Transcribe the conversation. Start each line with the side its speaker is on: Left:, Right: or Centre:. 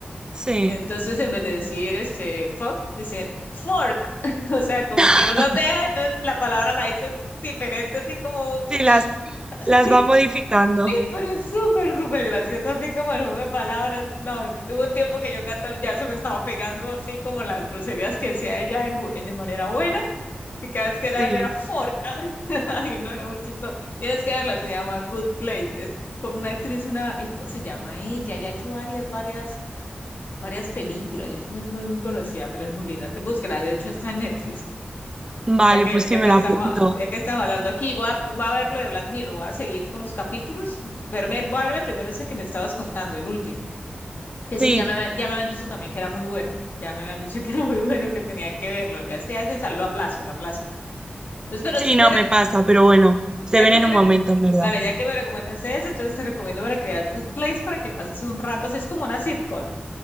Right: Sí.
Left: Entonces, en vez de decir este fuck, dicen fork. <laughs> O sea, como
Right: <laughs>
Left: que no los deja, entonces la palabra la dicen diferente, así como
Right: Sí, las,
Left: <laughs>
Right: las va modificando.
Left: Sí, pero es súper, súper gracioso, así como el juego de palabras. No, hubo un tiempo que yo canta- ya se me estaba pegando así como las groserías que decía ella en bu- de manera buena, que cada vez que
Right: Sí.
Left: era era forca. <laughs> Ay, no, era muy chistoso. Tienes que verla, se llama Good Place. Es con una actriz, una, ¿y cómo se llama ella? Ella ha hecho varias, varias, varias películas. Ella es muy, muy, muy conocida, pero es muy linda. Te búsquela, de hecho está en Netflix.
Right: Vale,
Left: Ya que,
Right: pues sí,
Left: ya
Right: me
Left: que
Right: la
Left: estamos,
Right: apunto.
Left: ya que estamos hablando aquí, voy a, voy a ver lo de Black Mirror, voy a seguir con los capítulos, verme, voy a verme primero ese que me estabas contando, el último, que sí,
Right: Sí,
Left: ya me, había- ya me habían dicho también que era muy bueno, ya me habían dicho <laughs> que era muy bueno, que tenía que verlo, lo que es que a veces lo aplazo, lo aplazo. Entonces, pero
Right: sí,
Left: sí te,
Right: no
Left: rec-
Right: me pasa, pero bueno, se
Left: ya
Right: ven
Left: que
Right: en
Left: me,
Right: un
Left: rec-
Right: momento, en verdad.
Left: vale, ya que me recomendaste ese, entonces te recomiendo para que veas Good Place, para que pases un rato, así es como una sitcom,